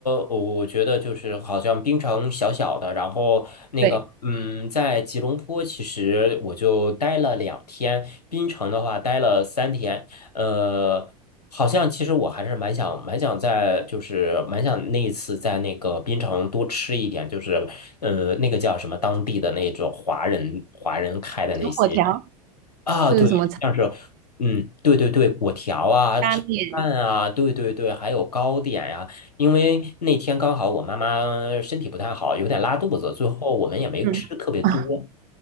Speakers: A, on the left; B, on the right.
A: 我觉得就是好像槟城小小的，然后那个，
B: 对，
A: 嗯，在吉隆坡其实我就待了两天，槟城的话待了三天，呃，好像其实我还是蛮想蛮想在就是蛮想那一次在那个槟城多吃一点，就是呃那个叫什么当地的那种华人华人开的那些。
B: 炒粿条
A: 啊，
B: 是不是什么炒
A: 对，像是，嗯，对对对，果条啊，炒饭啊，
B: <laughs> 拉面？
A: 对对对，还有糕点呀、因为那天刚好我妈妈身体不太好，有点拉肚子，最后我们也没吃特别多。
B: 嗯啊，